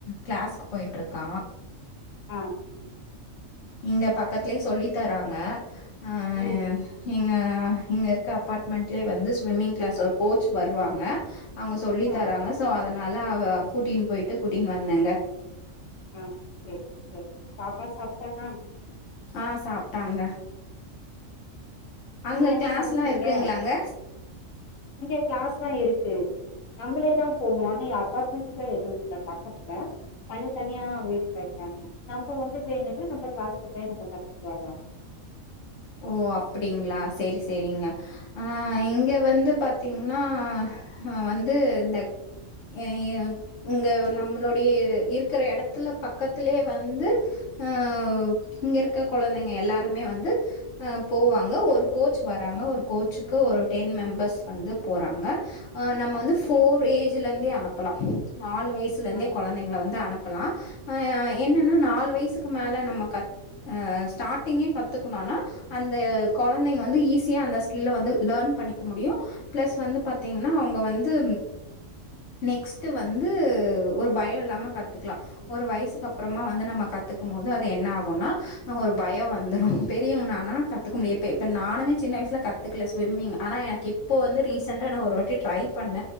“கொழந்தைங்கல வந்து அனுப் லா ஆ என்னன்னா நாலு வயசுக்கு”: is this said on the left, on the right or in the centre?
Left